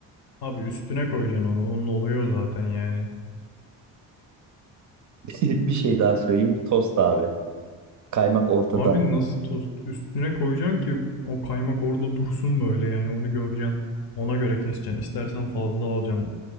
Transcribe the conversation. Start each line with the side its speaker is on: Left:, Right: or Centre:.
Left: Abi üstüne koyacaksın onu. Onun olayı o zaten yani.
Right: <laughs> Bir şey daha söyleyeyim. Tost abi. Kaymak ortada.
Left: Abi nasıl tost üstüne koyacaksın ki o kaymak orada dursun böyle yani onu göreceksin. Ona göre keseceksin. İstersen fazla alacaksın.